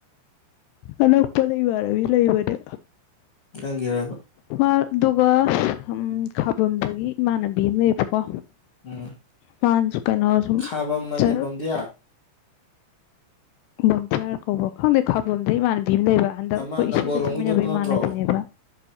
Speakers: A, on the left; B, on the left.
A: ꯑꯅ ꯄꯗꯩ ꯋꯥꯔꯦ ꯏꯂꯕꯔꯦ
B: ꯅꯪꯒꯤꯦꯔꯕ
A: ꯑꯗꯨꯒ ꯈꯥꯕꯗꯒꯤ ꯏꯃꯥꯟꯅꯕꯤ ꯑꯃ ꯂꯩꯌꯦꯕꯀꯣ
B: ꯎꯝ
A: ꯋꯥꯁꯨ ꯀꯩꯅꯣꯁꯨꯨꯝ
B: ꯈꯥꯕꯝ ꯍꯥꯏꯗꯤ
A: ꯆ
B: ꯕꯝꯗꯤꯌꯥ
A: ꯕꯣꯟꯇꯤꯌꯥꯔ ꯀꯧꯕ꯭ꯔ ꯈꯪꯗꯦ ꯈꯥꯕꯝꯗꯩ ꯏꯥꯟꯅꯕꯤꯕ ꯑꯃ ꯂꯩꯕ ꯍꯟꯗꯛ
B: ꯑꯃ
A: ꯑꯩꯈꯣꯏ
B: ꯅꯝꯕꯣꯜꯂꯣꯝꯒꯤꯗꯣ
A: ꯏꯁꯩꯒ ꯆꯠꯃꯤꯟꯅꯕ
B: ꯅꯠꯇ꯭ꯔꯣ
A: ꯏꯃꯥꯟꯅꯕꯤꯅꯦꯕ